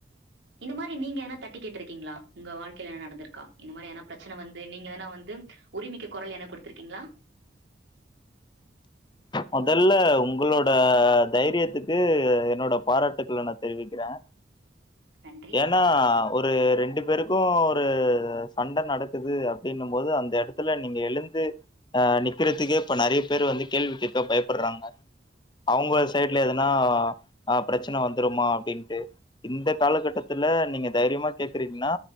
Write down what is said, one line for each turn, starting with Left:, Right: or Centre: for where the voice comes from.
Right: இந்த மாரி நீங்க ஏனா தட்டி கேட்டு இருக்கீங்களா உங்க வாழ்க்கையல நடந்துருக்கா இந்த மாரி எதுனா ப்ரச்சனை வந்து நீங்க எதுனா வந்து உரிமைக்கு கொரல் என குடுத்தருக்கீங்களா
Left: மொதல்ல உங்களோட தைரியத்துக்கு என்னோட பாராட்டுக்கள நா தெரிவிக்கிறே
Right: நன்றி
Left: ஏனா ஒரு ரெண்டு பேருக்கும் ஒரு சண்ட நடக்குது அப்டின்னும் போது அந்த எடத்துல நீங்க எழுந்து ஆ நிக்கறதுக்கே இப்ப நறைய பேர் வந்து கேள்வி கேக்க பயப்படறாங்கோ அவுங்க சைட்ல எதனா ஆ ப்ரச்சன வந்துருமா அப்படின்ட்டு இந்த காலகட்டத்தில்லா நீங்க தைரியம்மா கேக்கறீங்கன்னா